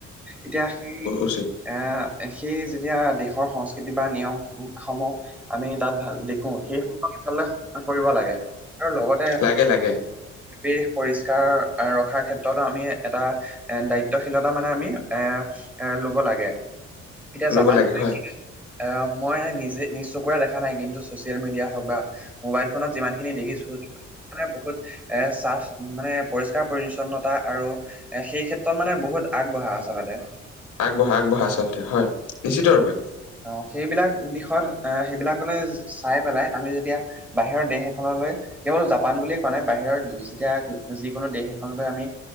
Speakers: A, in the centre; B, on the left (about 75°).
A: এতিয়া সেই
B: উচিত
A: এ সেই যেতিয়া দেশৰ সংস্কৃতি বা নিয়ম সমূহ। আমি তাত ভাল দেখো সেই সচাল সান কৰিব লাগে আৰু লগতে
B: লাগে লাগে
A: পৰিৱেশ পৰিষ্কাৰ ৰখাৰ ক্ষেত্ৰতো আমি এটা। এ দায়িত্বশীলতা মানে আমি এ এ লব লাগে। এতিয়া
B: ল'ব
A: জাপান
B: লাগে
A: লৈ
B: হয়
A: কিনে অহ মই নিজে নিজ চুকুৰে দেখা নাই কিন্তু চচিয়েল মিডিয়া হওঁক বা মোবাইল ফোনত যিমান খিনি দেখিছোঁ। মানে বহুত এ চাফ মানে পৰিষ্কাৰ পৰিচ্ছন্নতা আৰু - এ সেই ক্ষেত্ৰত মানে বহুত আগবঢ়া আচলতে।
B: আগবঢ়া আগবঢ়া আচলতে হয় নিশ্চিত ৰূপে।
A: অঁ সেইবিলাক দিশত এ হেইবিলাকলৈ চাই পেলাই আমি যেতিয়া - বাহিৰ দেশ এখনলৈ - কেৱল জাপান বুলিয়ে কোৱা নাই বাহিৰৰ যেতিয়া যিকোনো দেশ এখনলৈ আমি